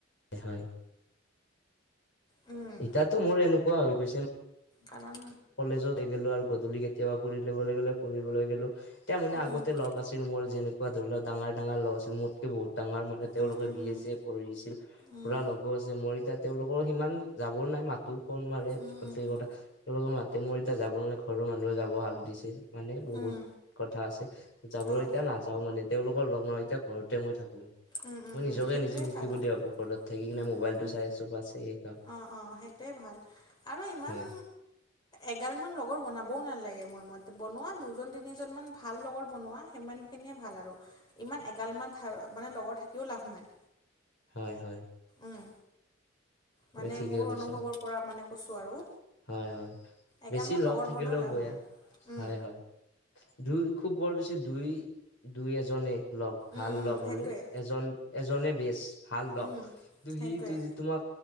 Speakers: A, on the left; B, on the left.
A: হয়, হয়।
B: উম,
A: ইতাতো মোৰ এনেকুৱা হৈ গৈছে
B: কাৰণ
A: কলেজত <unintelligible> আৰু গধূলি কেতিয়াবা ফুৰিবলৈ গ'লে ফুৰিবলৈ গ'লো। এতিয়া মানে
B: উম,
A: আগতে লগ আছিল মোৰ যেনেকুৱা ধৰি লওক ডাঙৰ, ডাঙৰ লগ আছিল মোতকে বহুত ডাঙৰ মানে তেওঁলোকে
B: উম, um,
A: B
B: উম,
A: A C A কৰিছিল।
B: উম,
A: পুৰা লগো আছে। মোৰ এতিয়া তেওঁলোকৰ সিমান যাবৰ নাই মাতো ফোন মাৰে
B: উম,
A: বাছ
B: উম,
A: সেয়ে
B: উম,
A: কথা। তেওঁলোকৰ মাতে মোৰ এতিয়া যাব নোৱাৰে, ঘৰৰ মানুহে যাব হাক দিছে। মানে বহুত
B: উম,
A: কথা আছে, যাবলৈ
B: অ',
A: এতিয়া নাযাওঁ মানে তেওঁলোকৰ লগ নহওঁ, এতিয়া ঘৰতে মই থাকোঁ।
B: উম, উম,
A: মই
B: উম,
A: নিজকে
B: সেইটোৱে
A: নিজে সুখী
B: ভাল।
A: বুলি ভাবোঁ, ঘৰত থাকি কিনে
B: উম,
A: মোবাইলটো
B: উম,
A: চাই আছোঁ বাছ এই কাম।
B: অ', অ', সেইটোৱে ভাল আৰু ইমান
A: হয়
B: এগাল মান লগৰ বনাবও নালাগে মোৰ মতে। বনোৱা দুজন তিনিজন মান ভাল লগৰ বনোৱা। সিমানখিনিয়ে ভাল আৰু ইমান এগালমান <unintelligible> মানে লগৰ থাকিও লাভ নাই।
A: হয়, হয়।
B: উম
A: তুমি
B: মানে
A: ঠিকে
B: মোৰ
A: কৈছা
B: অনুভৱৰ পৰা মানে কৈছোঁ আৰু।
A: হয়, হয়,
B: এগালমান
A: বেছি লগ
B: লগৰ
A: থাকিলেও
B: বনাইও লাভ
A: বয়া
B: নাই উম
A: হয়, হয়। দুই খুব বৰ বেছি দুই, দুই এজনেই লগ। ভাল
B: উম উম
A: লগ
B: সেইটোৱে
A: হ'লে এজন, এজনে বেচ ভাল লগ।
B: উম
A: কিন্তু
B: সেইটোৱে
A: সি যদি তোমাক